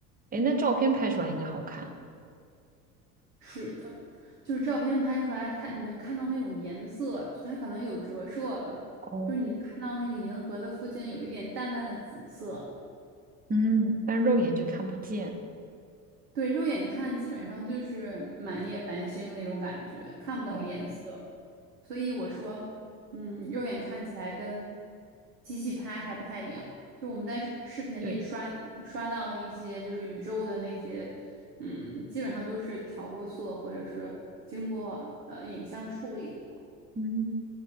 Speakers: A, on the right; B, on the right.
A: 哎，那照片拍出来应该好看。
B: 是的，就是照片拍出来，它你能看到那种颜色，就它可能有折射吧，
A: 哦，
B: 就是你能看到那个银河的附近有一点淡淡的紫色。
A: 嗯，但肉眼就看不见。
B: 对，肉眼看基本上就是满夜繁星那种感觉，看不到颜色。
A: 哦，
B: 所以我说，嗯，肉眼看起来跟机器拍还不太一样。就我们在视视频里刷刷到一些就是宇宙的那些，
A: 对，
B: 嗯，基本上都是调过色或者是经过呃影像处理的。
A: 嗯，